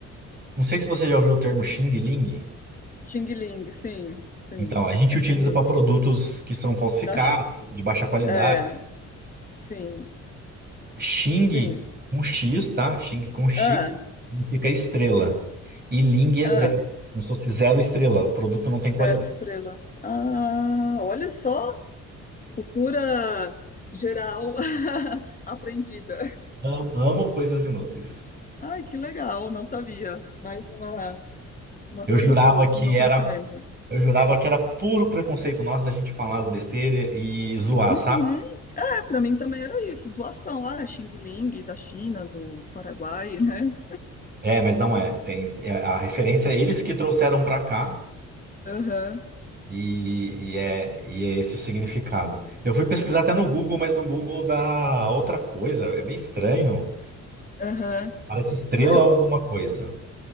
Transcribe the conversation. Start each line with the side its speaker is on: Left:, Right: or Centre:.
Right: Não sei se você já ouviu o termo Xing Ling.
Left: Xing Ling, sim, sim,
Right: Então, a gente
Left: é
Right: utiliza
Left: comum.
Right: para produtos que são falsificados,
Left: Da, Chi-
Right: de baixa qualidade.
Left: é, sim,
Right: Xing
Left: sim.
Right: com X, tá? Xing com X
Left: Ah,
Right: significa estrela. E Ling é
Left: ah.
Right: zero, como se fosse zero estrela. O produto não tem
Left: Zero
Right: qualidade.
Left: estrela. Ah, olha só, cultura geral <laughs> aprendida.
Right: Am- Amo coisas inúteis.
Left: Ai, que legal, não sabia. Mais uma, uma
Right: Eu
Left: coisa
Right: jurava
Left: pro,
Right: que
Left: pro meu
Right: era,
Left: conhecimento.
Right: eu jurava que era puro preconceito nosso da gente falar as besteiras e zoar,
Left: Uhum.
Right: sabe?
Left: É, pra mim também era isso, zoação lá, Xing Ling, da China, do, do Paraguai, né?
Right: É, mas não é. Tem é a referência é eles que trouxeram pra cá
Left: Aham.
Right: e, e é, e é esse o significado. Eu fui pesquisar
Left: Ah,
Right: até no Google, mas no Google dá outra coisa. É bem estranho.
Left: Aham.
Right: Parece estrela
Left: Ah,
Right: ou alguma coisa.